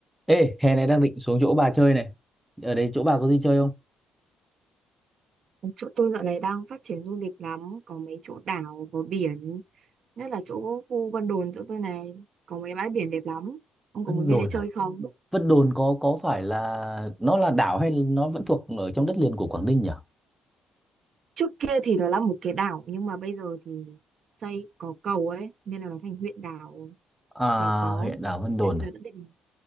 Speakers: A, in the centre; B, on the right (about 60°).
A: Ê, hè này đang định xuống chỗ bà chơi này. Ở đây chỗ bà có gì chơi không?
B: chỗ tôi dạo này đang phát triển du lịch lắm có mấy chỗ đảo có biển nhất là chỗ khu Vân Đồn chỗ tôi này có mấy bãi biển đẹp lắm ông có
A: Vân
B: muốn về
A: Đồn
B: đây chơi
A: à?
B: không
A: Vân Đồn có có phải là nó là đảo hay nó vẫn thuộc ở trong đất liền của Quảng Ninh nhỉ?
B: trước kia thì nó là một cái đảo nhưng mà bây giờ thì xây có cầu ấy nên là nó thành huyện đảo
A: À,
B: và có
A: huyện đảo Vân Đồn
B: kiểu như
A: à?
B: là đã định